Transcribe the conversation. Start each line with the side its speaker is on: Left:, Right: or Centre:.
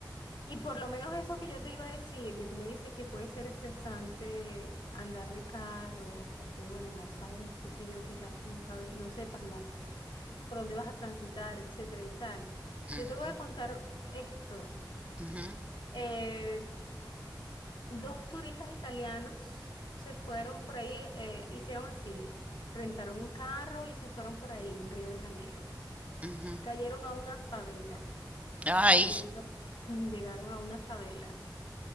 Left: Y por lo menos eso que yo te iba a decir, que tú me dices que puede ser estresante andar de carro, porque bueno, no sabes, qué sé yo, quizás no sabes, no sepas la, por dónde vas a transitar, etcétera y tal.
Right: Ujú,
Left: Yo te voy a contar esto.
Right: ujú,
Left: Eh, dos turistas italianos se fueron por ahí, eh, hicieron así, rentaron un carro y se fueron por ahí en Río de Janeiro.
Right: ujú.
Left: Cayeron a una favela,
Right: Ay,
Left: llegaron, <laughs> llegaron a una favela.